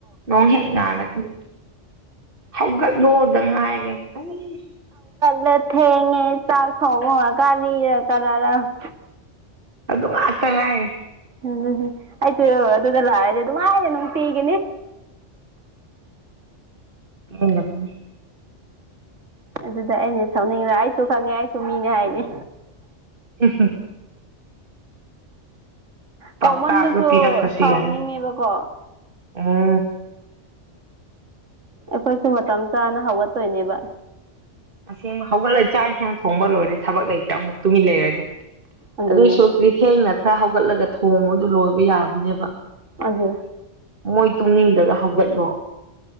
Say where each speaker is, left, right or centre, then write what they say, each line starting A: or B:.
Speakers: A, on the right (about 45°); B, on the right (about 80°).
A: ꯅꯣꯡ ꯍ ꯉꯂꯗꯤ ꯍꯧꯒꯠꯂꯣꯗ ꯉꯥꯏꯔꯦ ꯑꯩ
B: ꯂ ꯊ ꯍꯦꯡꯉꯦ ꯆꯥ ꯈ ꯀꯔ ꯇꯗ
A: ꯑꯗꯨ ꯉꯥꯛꯇ ꯉꯥꯏꯔꯦ
B: ꯎꯝ ꯑꯩꯁꯨ ꯑꯗꯨꯗ ꯂꯥꯛꯑꯗꯤꯦ ꯑꯗꯨꯝ ꯍꯥꯏꯥꯏꯌꯦꯦ ꯅꯨꯡꯇꯤꯒꯤꯅꯤ
A: ꯊꯅꯤ
B: ꯑꯗꯨꯗ ꯑꯩꯅ ꯁꯛꯅꯤꯡꯕ ꯑꯩꯁꯨ ꯈꯪꯉꯦ ꯑꯩꯁꯨ ꯃꯤꯅꯦ ꯍꯥꯏꯅꯤ
A: ꯍꯝ ꯍꯝ ꯄꯥꯎꯇꯥꯛꯇꯣ
B: ꯀꯃꯟꯗꯁꯨ
A: ꯄꯤꯔꯛꯇ꯭ꯔꯁꯨ
B: ꯁꯥꯎꯅꯤꯡꯉꯦꯕꯀꯣ
A: ꯌꯥꯏꯅ ꯎꯝ
B: ꯑꯩꯈꯣꯏꯁꯨꯦ ꯃꯇꯝ ꯆꯥꯅ ꯍꯧꯒꯠꯇꯣꯏꯅꯦꯕ
A: ꯑꯁꯦꯡꯕ ꯍꯧꯒꯠꯂ ꯆꯥꯛ ꯏꯟꯁꯥꯡ ꯊꯣꯡꯕ ꯂꯣꯏꯔꯦ ꯊꯕꯛ ꯂꯩꯇ꯭ꯔꯥ ꯑꯃꯨꯛ ꯇꯨꯃꯤꯟ ꯂꯩꯔꯅꯤ
B: ꯑꯗꯨꯅꯦ
A: ꯑꯗꯨꯏ ꯁꯔꯨꯛꯇꯨꯗꯤ ꯊꯦꯡꯅ ꯈꯔ ꯍꯧꯒꯠꯂꯒ ꯊꯣꯡꯕꯗꯨ ꯂꯣꯏꯕ ꯌꯥꯕꯅꯦꯕ
B: ꯑꯗꯨ
A: ꯃꯣꯏ ꯇꯨꯝꯅꯤꯡꯂꯒ ꯍꯧꯒꯠꯂꯣ